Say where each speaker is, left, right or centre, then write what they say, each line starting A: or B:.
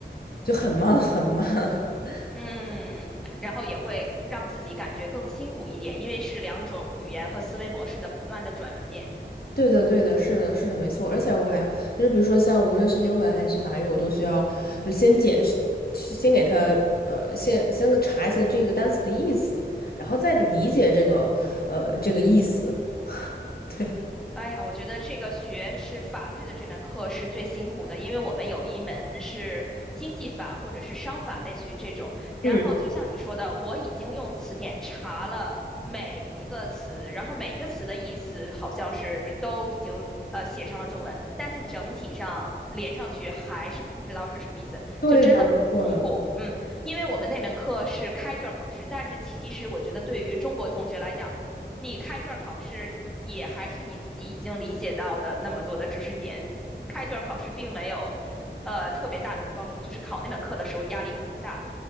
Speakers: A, on the left; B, in the centre.
A: 就很慢，很慢。<laughs>
B: 嗯，然后也会让自己感觉更辛苦一点，因为是两种语言和思维模式的不断的转变。
A: 对的，对的，是的，是的，没错。而且我还就是，比如说像无论是英文还是法语，我都需要就先解释先给他呃，先先查一下这个单词的意思，然后再理解这个呃这个意思。<laughs> 对，
B: 哎呀，我觉得这个学是法律的这门课是最辛苦的，因为我们有一门是经济法或者是商法，类似于这种。然后就像你说的，
A: 嗯，
B: 我已经用词典查了每一个词，然后每一个词的意思好像是都已经呃写上了中文，但是整体上连上去还是不知道是什么意思，
A: 对的，
B: 就真的很痛苦。
A: 没错的。
B: 嗯，因为我们那门课是开卷考试，但是其实我觉得对于中国同学来讲，你开卷考试也还是你自己已经理解到的那么多的知识点，开卷考试并没有呃特别大的帮助，就是考那门课的时候压力很大。